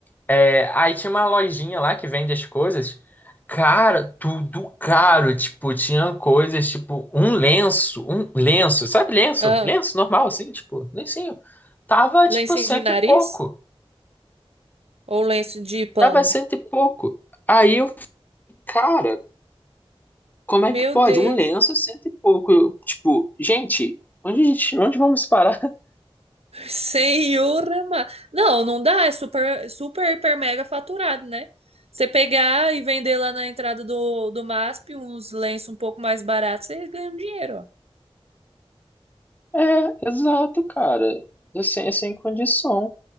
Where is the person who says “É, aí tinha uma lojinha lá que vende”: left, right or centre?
Left